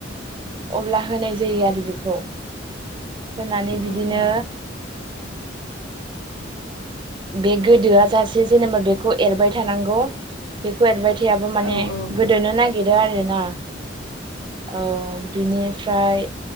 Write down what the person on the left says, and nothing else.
औ
उम
उम
औ औ ओं